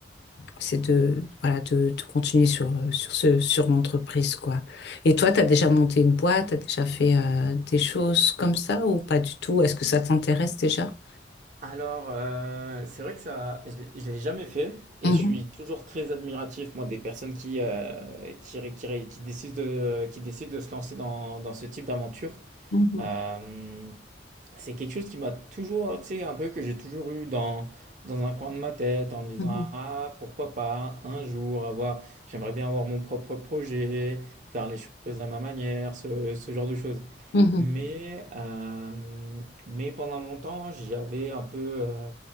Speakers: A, on the left; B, on the right.
A: c'est de, voilà, de, de continuer sur, sur ce, sur l'entreprise, quoi. Et toi, tu as déjà monté une boîte, tu as déjà fait euh, des choses comme ça ou pas du tout? Est-ce que ça t'intéresse déjà?
B: Alors, euh, c'est vrai que ça, je l'ai je l'ai jamais fait et
A: Mhm,
B: je suis toujours très admiratif, moi, des personnes qui, euh, qui, ré- qui, ré- qui décident de, qui décident de se lancer dans, dans ce type d'aventure.
A: mhm,
B: Euh, c'est quelque chose qui m'a toujours, tu sais, un peu que j'ai toujours eu dans, dans un coin de ma tête en me disant,
A: mhm,
B: ah, pourquoi pas un jour avoir, j'aimerais bien avoir mon propre projet, faire les choses à ma manière, ce, ce genre de choses.
A: mhm,
B: Mais, euh, mais pendant longtemps, j'avais un peu, euh,